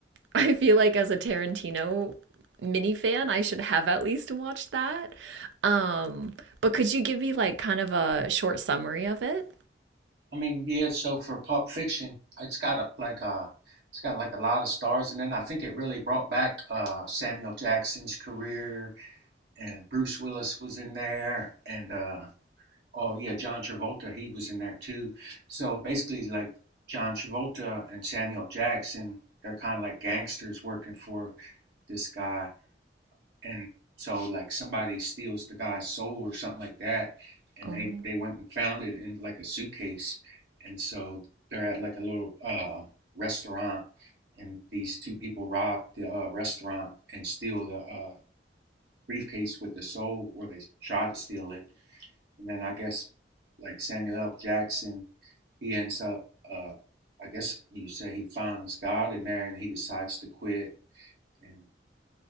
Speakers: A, on the right (about 85°); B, on the right (about 65°).
A: I feel like as a Tarantino mini fan, I should have at least watched that. Um but could you give me like kind of a short summary of it?
B: I mean, yeah. So for Pulp Fiction, it's got a, like a, it's got like a lot of stars, and then I think it really brought back uh, Samuel Jackson's career, and Bruce Willis was in there, and uh, oh yeah, John Travolta he was in there too. So basically, like John Travolta and Samuel Jackson, they're kind of like gangsters working for this guy and so like somebody steals the guy's soul or something like that, and
A: Oh,
B: they they went and found it in like a suitcase, and so they're at like a little uh, restaurant, and these two people rob the uh, restaurant and steal the uh, briefcase with the soul, or they try to steal it, and then I guess like Samuel L. Jackson, he ends up. Uh, I guess you say he finds God in there and he decides to quit and